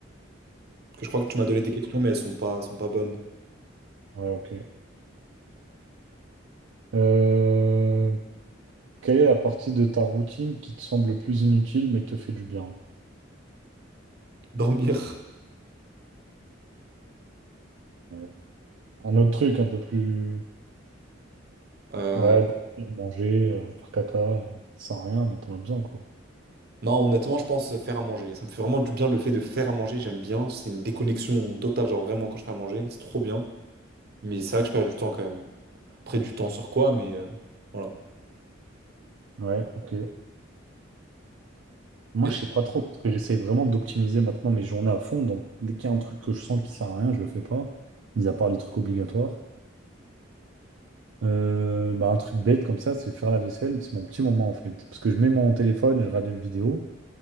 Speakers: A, on the right; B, on the right.
A: que Je crois que tu m'as donné des questions, mais elles sont pas, sont pas bonnes.
B: Ouais, ok. Euh, Quelle est la partie de ta routine qui te semble le plus inutile mais te fait du bien?
A: <laughs> Dormir.
B: Ouais. Un autre truc un peu plus...
A: Euh,
B: Ouais, dormir, manger, euh, faire caca, euh, ça sert à rien, mais t'en as besoin, quoi.
A: Non, honnêtement, je pense faire à manger. Ça me fait vraiment du bien le fait de faire à manger. J'aime bien. C'est une déconnexion totale. Genre, vraiment, quand je fais à manger, c'est trop bien. Mais c'est vrai que je perds du temps quand même. Après, du temps sur quoi, mais euh, voilà.
B: Ouais, ok. Moi,
A: Et...
B: je sais pas trop, parce que j'essaye vraiment d'optimiser maintenant mes journées à fond. Donc, dès qu'il y a un truc que je sens qui sert à rien, je le fais pas, mis à part les trucs obligatoires. Euh, bah, un truc bête comme ça, c'est faire la vaisselle. C'est mon petit moment en fait. Parce que je mets mon téléphone et je regarde une vidéo.